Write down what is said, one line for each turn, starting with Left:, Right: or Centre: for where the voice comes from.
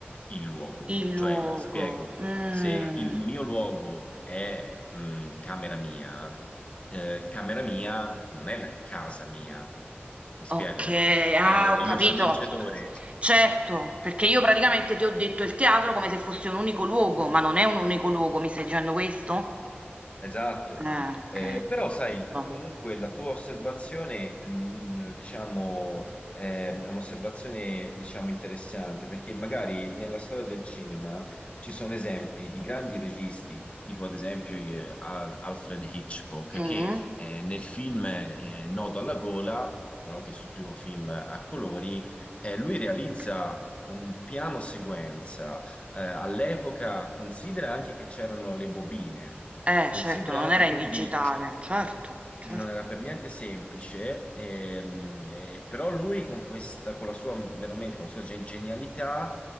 Left: il luogo.
Right: Il luogo.
Left: Cioè, ti spiego,
Right: Mm.
Left: se il mio luogo è mh, camera mia, eh, camera mia non è la casa mia. Mi spiego?
Right: Okay, ah
Left: Eh,
Right: ho capito.
Left: lo sceneggiatore
Right: Certo, perché io praticamente ti ho detto il teatro come se fosse un unico luogo, ma non è un unico luogo, mi stai dicendo questo?
Left: Esatto,
Right: Ah, okay,
Left: Eh, però sai,
Right: giusto.
Left: comunque la tua osservazione, mh, diciamo, eh, è un'osservazione, diciamo, interessante, perché magari nella storia del cinema ci sono esempi di grandi registi, tipo ad esempio eh, Al- Alfred Hitchcock,
Right: Mh-mh.
Left: che eh, nel film eh, Nodo alla gola, tra l'altro il suo primo film a colori, eh, lui realizza
Right: Oka
Left: un piano sequenza eh, all'epoca considera anche che c'erano le bobine,
Right: eh
Left: considera
Right: certo, non
Left: anche
Right: era in
Left: quindi
Right: digitale, certo, certo.
Left: che non era per niente semplice, ehm, eh, però lui con questa, con la sua, veramente, con la sua gen- genialità,